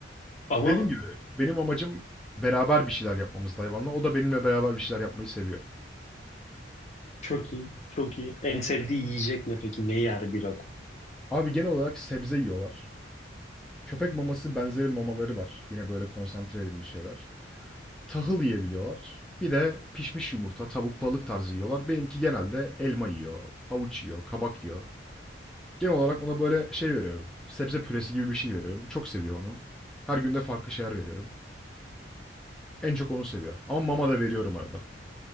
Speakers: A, on the left; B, in the centre.
A: Ama
B: Dediğim gibi benim amacım beraber bir şeyler yapmamızdı hayvanla. O da benimle beraber bir şeyler yapmayı seviyor.
A: çok iyi, çok iyi. En sevdiği yiyecek ne peki? Ne yer bir rakun?
B: Abi genel olarak sebze yiyorlar. Köpek maması benzeri mamaları var. Yine böyle konsantre edilmiş şeyler. Tahıl yiyebiliyorlar. Bir de pişmiş yumurta, tavuk, balık tarzı yiyorlar. Benimki genelde elma yiyor, havuç yiyor, kabak yiyor. Genel olarak ona böyle şey veriyorum. Sebze püresi gibi bir şey veriyorum. Çok seviyor onu. Her günde farklı şeyler veriyorum. En çok onu seviyor. Ama mama da veriyorum arada.